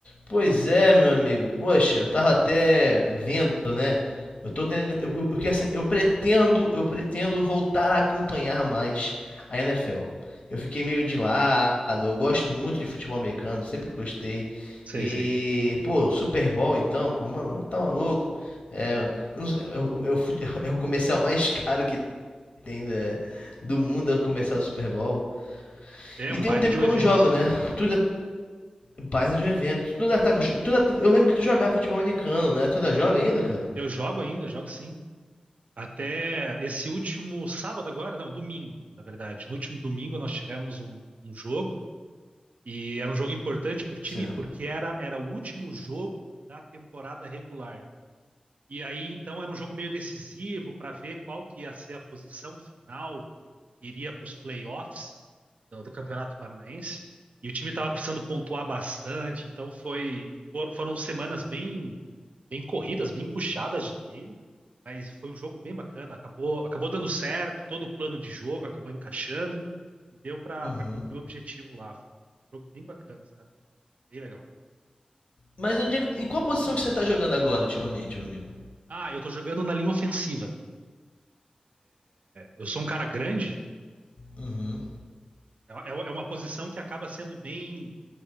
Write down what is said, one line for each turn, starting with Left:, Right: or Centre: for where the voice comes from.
Left: Pois é, meu amigo. Poxa, eu tava até vendo, né? Eu tô ten- eu, eu, que assim, eu pretendo, eu pretendo voltar a acompanhar mais a NFL. Eu fiquei meio de lado, eu gosto muito de futebol americano, sempre gostei.
Right: Sei,
Left: E,
Right: sei.
Left: pô, Super Bowl então, pô, mano, tá maluco? É, eu, não sei, eu- eu- eu fui- <laughs> é o comercial mais <laughs> caro que tem né, do mundo, é o comercial do Super Bowl.
Right: É
Left: E
Right: um
Left: tem
Right: baita
Left: um tempo
Right: de
Left: que
Right: um
Left: eu
Right: evento.
Left: não jogo, né? Tu, Baita de um evento. Tu ainda tá com... tu ainda- Eu lembro que tu jogava futebol americano, né? Tu ainda joga ainda, cara?
Right: Eu jogo ainda, jogo sim. Até esse último sábado agora, não, domingo, na verdade. No último domingo nós tivemos um, um jogo e era um jogo importante pro time
Left: Você...
Right: porque era, era o último jogo da temporada regular. E aí então era um jogo meio decisivo para ver qual que ia ser a posição final que iria para os playoffs do, do Campeonato Paranaense. E o time estava precisando pontuar bastante, então foi for- foram semanas bem bem corridas, bem puxadas de treino, mas foi um jogo bem bacana. Acabou, acabou dando certo, todo o plano de jogo acabou encaixando e deu pra
Left: Uhum.
Right: para cumprir o objetivo lá. Foi um jogo bem bacana, sabe? Bem legal.
Left: Mas onde é que... em qual posição que você tá jogando agora, ultimamente, meu amigo?
Right: Ah, eu tô jogando na linha ofensiva. Eu sou um cara grande,
Left: Uhum.
Right: é é- é uma posição que acaba sendo bem